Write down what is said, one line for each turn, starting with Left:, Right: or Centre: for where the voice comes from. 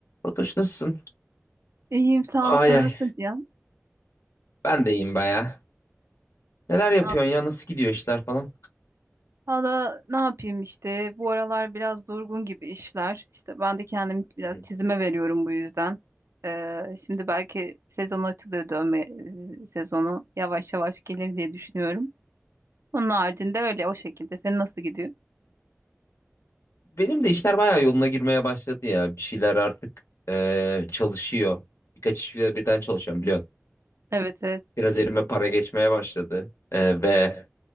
Left: Fatoş nasılsın?
Right: İyiyim sağ ol sen
Left: Ay ay.
Right: nasıl diyorsun?
Left: Ben de iyiyim baya. Neler yapıyorsun
Right: Ne yap-
Left: ya? Nasıl gidiyor işler falan?
Right: Valla ne yapayım işte bu aralar biraz durgun gibi işler. İşte ben de kendimi biraz
Left: Hı hı.
Right: çizime veriyorum bu yüzden. Ee, şimdi belki sezon açılıyor dövme e, sezonu yavaş yavaş gelir diye düşünüyorum. Onun haricinde öyle o şekilde. Senin nasıl gidiyor?
Left: Benim de işler baya yoluna girmeye başladı ya. Bir şeyler artık eee, çalışıyor. Birkaç işle birden çalışıyorum biliyorsun.
Right: Evet evet
Left: Biraz elime para geçmeye başladı. Eee, ve